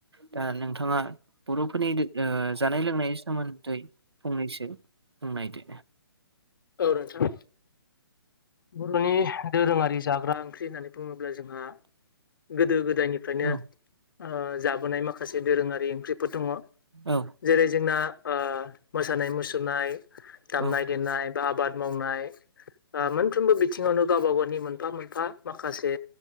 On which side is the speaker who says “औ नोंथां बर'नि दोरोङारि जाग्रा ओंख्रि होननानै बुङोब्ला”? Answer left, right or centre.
Left